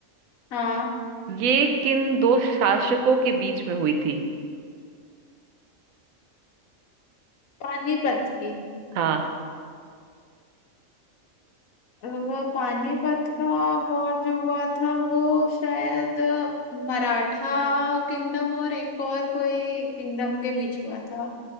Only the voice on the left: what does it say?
हाँ
पानीपत की
वो पानीपत का वो जो हुआ था वो शायद मराठा किंगडम और एक और कोई किंगडम के बीच हुआ था